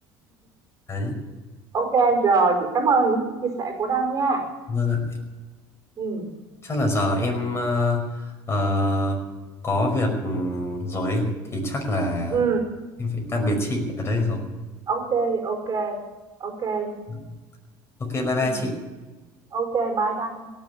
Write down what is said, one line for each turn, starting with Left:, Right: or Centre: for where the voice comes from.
Left: đấy
Right: OK rồi, chị cảm ơn những chia sẻ của Đăng nha.
Left: Vâng ạ.
Right: Ừ.
Left: chắc là giờ em ờ, ờ, có việc ừ, rồi ấy. Thì chắc là
Right: Ừ,
Left: em phải tạm biệt chị ở đây rồi
Right: OK, OK. OK.
Left: Ờ, ok bye bye
Right: Ừ.
Left: chị
Right: OK, bye Đăng.